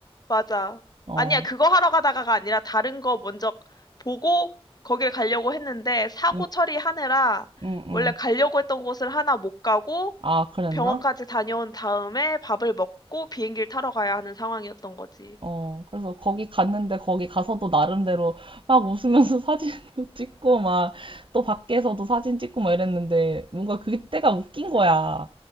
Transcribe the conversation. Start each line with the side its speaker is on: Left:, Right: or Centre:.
Left: 맞아.
Right: 어,
Left: 아니야, 그거 하러 가다가가 아니라 다른 거 먼저 보고 거길 가려고 했는데 사고
Right: 응,
Left: 처리하느라
Right: 응, 응.
Left: 원래 가려고 했던 곳을 하나 못 가고
Right: 아, 그랬나?
Left: 병원까지 다녀온 다음에 밥을 먹고 비행기를 타러 가야 하는 상황이었던 거지.
Right: 어, 그래서 거기 갔는데 거기 가서도 나름대로 막 웃으면서 <laughs> 사진도 찍고 막 또 밖에서도 사진 찍고 막 이랬는데 뭔가 그때가 웃긴 거야.